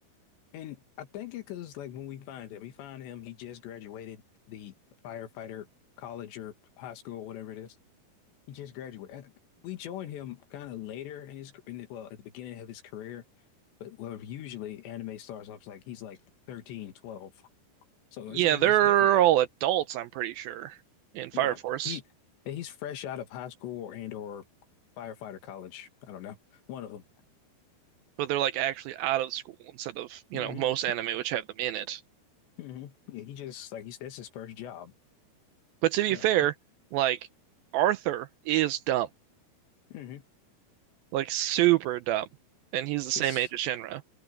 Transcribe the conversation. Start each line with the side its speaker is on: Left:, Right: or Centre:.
Left: And I think it because like when we find him, we find him. He just graduated the firefighter college or high school or whatever it is. He just graduated. We join him kind of later in his in the, well at the beginning of his career, but well, usually anime starts off like he's like 13, 12. So
Right: Yeah,
Left: it's a little
Right: they're
Left: it's different there.
Right: all adults, I'm pretty sure, in Fire
Left: Yeah,
Right: Force,
Left: he he's fresh out of high school or and or firefighter college. I don't know, one of them.
Right: but they're like actually out of school instead of, you
Left: hmm
Right: know, most anime which have them in it.
Left: hmm Yeah, he just like he's that's his first job.
Right: But to be
Left: Yeah.
Right: fair, like Arthur is dumb,
Left: hmm
Right: like super dumb, and he's
Left: His
Right: the same age as Shinra.